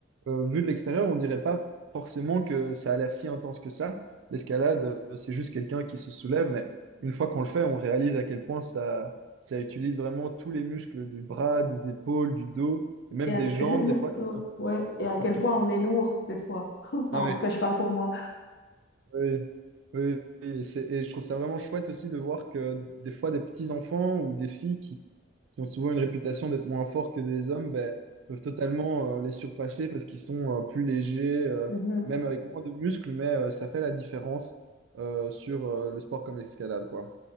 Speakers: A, on the right; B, on the left.
A: euh, vu de l'extérieur, on dirait pas forcément que ça a l'air si intense que ça. L'escalade, euh, c'est juste quelqu'un qui se soulève, mais une fois qu'on le fait, on réalise à quel point ça, ça utilise vraiment tous les muscles du bras, des épaules, du dos, et même
B: Et à...
A: des jambes,
B: <laughs>
A: des fois qui sont
B: ouais, et à
A: fortement.
B: quel point on est lourd des fois. <laughs> Enfin,
A: Ah
B: en
A: ouais.
B: tout cas, je parle pour moi.
A: Oui, oui, oui, et c'est- et je trouve ça vraiment chouette aussi de voir que des fois des petits enfants ou des filles qui, qui ont souvent une réputation d'être moins forts que des hommes, ben, peuvent totalement euh, les surpasser parce qu'ils sont euh, plus légers, euh,
B: Mhm.
A: même avec moins de muscles, mais euh, ça fait la différence euh, sur euh, le sport comme l'escalade, quoi.